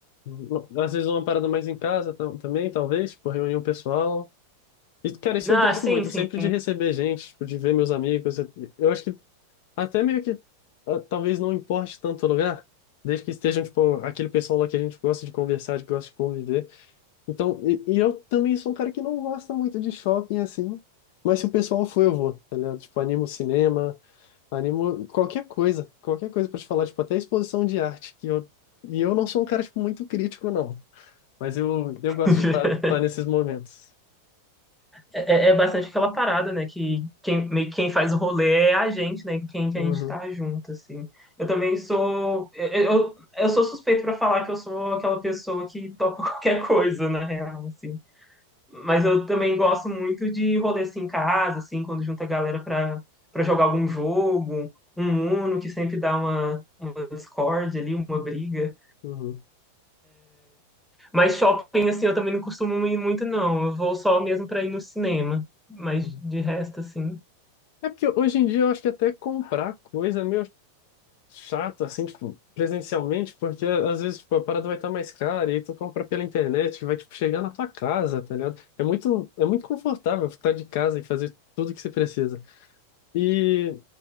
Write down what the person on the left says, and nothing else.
Uhum. Às vezes é uma parada mais em casa tam- também, talvez, tipo, reunião pessoal. E, cara, isso
eu gosto
muito,
sempre de receber gente, tipo, de ver meus amigos. Eu eu acho que até meio que ah, talvez não importe tanto o lugar, desde que estejam, tipo, aquele pessoal lá que a gente gosta de conversar, que gosta de conviver. Então, e, e eu também sou um cara que não gosta muito de shopping assim, mas se o pessoal for, eu vou, tá ligado? Tipo, animo cinema, animo qualquer coisa, qualquer coisa pra te falar, tipo, até exposição de arte, que eu, e eu não sou um cara, tipo, muito crítico, não, mas eu, eu gosto
de estar tá, tá nesses momentos.
Uhum,
uhum.
uhum.
É porque hoje em dia eu acho que até comprar coisa, meu. chato, assim, tipo, presencialmente, porque às vezes, tipo, a parada vai estar mais cara, e aí tu compra pela internet, que vai, tipo, chegar na tua casa, tá ligado? É muito, é muito confortável ficar de casa e fazer tudo que você precisa. E...